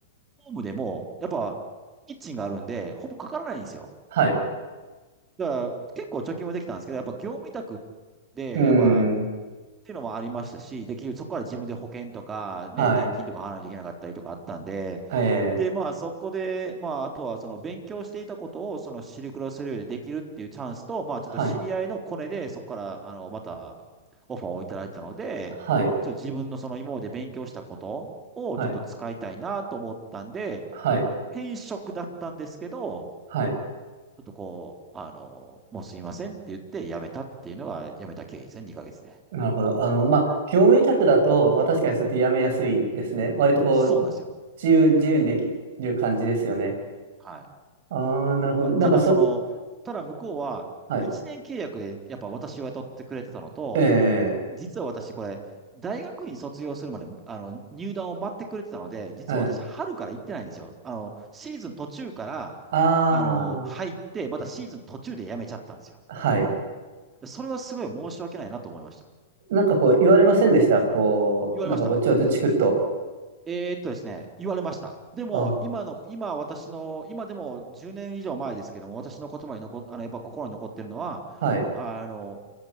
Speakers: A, on the right; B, on the right.
A: ホームでも、やっぱ、キッチンがあるんで、ほぼかからないんですよ。
B: はい。
A: だから、結構貯金もできたんですけど、やっぱ業務委託で、
B: うー
A: やっぱ、っ
B: ん。
A: ていうのもありましたし、できる、結局そこから自分で保険とか、
B: はい。
A: ね、年金とか払わないといけなかったりとかあったんで、
B: ええ、
A: で、まあ、そこで、まあ、あとは、その、勉強していたことを、その、シルクロス領でできるっていうチャンスと、まあ、ちょっと知り合いのコネで、
B: はい。
A: そこから、あの、また、オファーをいただいたので、
B: はい。
A: ちょっと自分のその、今まで勉強したことを、
B: はい。
A: ちょっと使いたいなと思ったんで、
B: はい。
A: 転職だったんですけど、
B: はい。
A: ちょっとこう、あの、もうすいませんって言って辞めたっていうのが辞めた経緯ですね、2ヶ月で。
B: なるほど。あの、まあ、業務委託だと、まあ、確かにそうやってやめやすいですね。割とこう、
A: そうなんですよ。
B: 自由、自由にできる感じですよね。
A: うん。はい。
B: ああ、なるほど。
A: まあ、
B: なんかそ、
A: ただその、ただ向こうは1年契約でやっぱ私を雇ってくれてたのと、
B: はい。ええ、
A: 実は私これ、大学院卒業するまで、あの、入団を待ってくれてたので、実は私春から行ってないんですよ。
B: ええ。
A: あの、シーズン途中から、
B: あ
A: あの、入って、またシーズン途中で辞めちゃったんですよ。
B: あ、はい。
A: それはすごい申し訳ないなと思いました。
B: なんかこう言われませんでしたこう、
A: 言われました。
B: なんかこうちょっとチクッと。
A: えーっとですね、言われました。でも、
B: あ
A: 今の、今私の、今でも10年以上前ですけども、私の言葉に残っ、あの、やっぱ心に残ってるのは、
B: あ、はい、
A: あの、